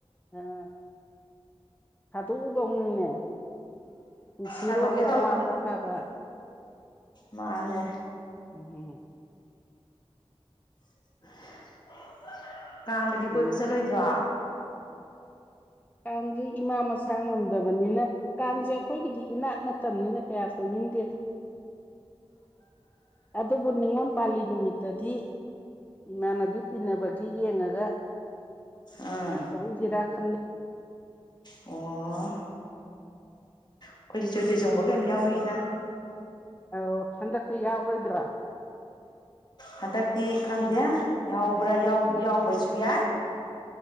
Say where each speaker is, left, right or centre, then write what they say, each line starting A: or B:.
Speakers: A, on the left (about 15°); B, on the left (about 45°).
A: ꯑꯥ ꯊꯥꯗꯣꯛꯎꯗꯧꯅꯤꯅꯦ ꯅꯨꯡꯁꯤꯔꯣꯅꯦ
B: ꯁꯥꯗꯣꯛꯀꯦ ꯇꯧꯕꯅꯦ
A: ꯑꯋꯥ ꯄꯣꯊꯥꯕ
B: ꯃꯥꯅꯦ
A: ꯎꯝ ꯍꯝ
B: <unintelligible> ꯀꯥꯡꯒꯗꯤ
A: ꯀꯩꯅꯣ
B: ꯀꯣꯏꯕ ꯆꯠꯂꯣꯏꯗ꯭ꯔꯣ
A: ꯀꯥꯡꯁꯦ ꯏꯃꯥ ꯃꯁꯥ ꯉꯝꯗꯕ ꯅꯤꯅ ꯀꯥꯡꯁꯦ ꯑꯩꯈꯣꯏꯒꯤꯗꯤ ꯏꯅꯥꯠ ꯅꯠꯇꯕꯅꯤꯅ ꯀꯌꯥ ꯀꯣꯏꯅꯤꯡꯗꯦꯗ ꯑꯗꯨꯕꯨ ꯅꯤꯉꯣꯝ ꯄꯥꯜꯂꯤ ꯅꯨꯃꯤꯠꯇꯗꯤ ꯏꯃꯥꯟꯅꯕꯤ ꯇꯤꯟꯅꯕꯒꯤ ꯌꯦꯡꯉꯒ
B: ꯑꯣ
A: ꯉꯥꯛꯇꯎꯁꯤꯔꯥ ꯈꯜꯂꯤ
B: ꯑꯣ ꯑꯩꯈꯣꯏꯗꯤ ꯆꯣꯏ ꯆꯣꯡꯕꯒ ꯌꯥꯝ ꯌꯥꯎꯔꯤꯗ
A: ꯑ ꯍꯟꯗꯛꯇꯤ ꯌꯥꯎꯔꯣꯏꯗ꯭ꯔꯥ
B: ꯍꯟꯗꯛꯇꯤ ꯈꯪꯗꯦ ꯌꯥꯎꯕ꯭ꯔꯥ ꯌꯥꯎꯕꯁꯨ ꯌꯥꯏ